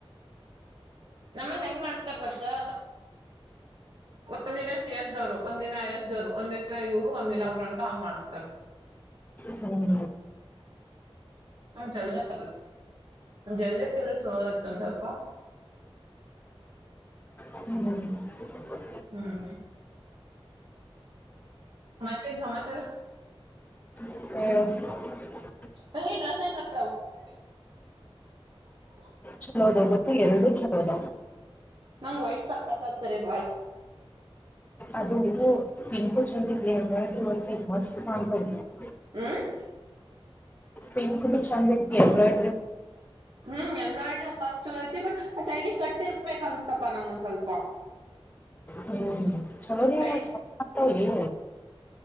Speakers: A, on the right (about 55°); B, on the left (about 15°).
A: ನಮ್ಮಲ್ ಹೆಂಗ್ ಮಾಡ್ತ <unintelligible> ತರ್ ಗೊತ್ತಾ ಒಂದಿನ ಸಿ ಎಸ್ ದೋರು ಒಂದಿನ ಎಸ್ವರು ಒಂದಿನ ಇವ್ರು ಒಂದಿನ ಇವರು ಅಂತ ಹಂಗ್ ಮಾಡ್ತಾರೆ
B: ಹ್ಮ
A: ನ ಜಲ್ದಿ ಆಗ್ ಜಲ್ದಿ ಆ್ರರುಯ ಒಂದ್ ಸ್ವಲ್ಪ <unintelligible>
B: ಹ್ಮ್ <inaudible>
A: ಹ್ಮ್ ಮತ್ತೇನ್ ಸಮಾಚಾರ
B: ಹ್ಮ
A: ಹಂಗಗೆ ್ರಸ್ಸಂಗವು <unintelligible> ಹಾ <inaudible>
B: ಚಲೋದ ಗತ್ತು ಎರಡು ಚಲೋದ
A: ಮಂಗ್ ವೈಟ್ ಕಾಸತ್ ಅ ರೇ ಬಾಳ
B: ಅದು ಪನ್ಕುಲ್ ಚಂದರ್ ಮಸ್ತ್ ಕಪ <unintelligible>
A: ಹ್ಮ್
B: ಪಿಂಕ್ದು ಚಂದ್ ಐತಿ ಬಟ್
A: ಹ್ಮ್ ಎಂಬ್ರಾಯಿಡ್ ವರ್ಕ್ ಚಲೋಐತಿ ಬಟ್ ಆ ಸೈಡಿಗ್ ಕಟ್ಟಿರ್ಬೇಕು ಅನ್ಸ್ತಪ ನಂಗೊಂದ್ ಸ್ವಲ್ಪ
B: ಹ್ಮ್ ಚಲೋ ನೀ <inaudible>
A: ಕಡಿಗ್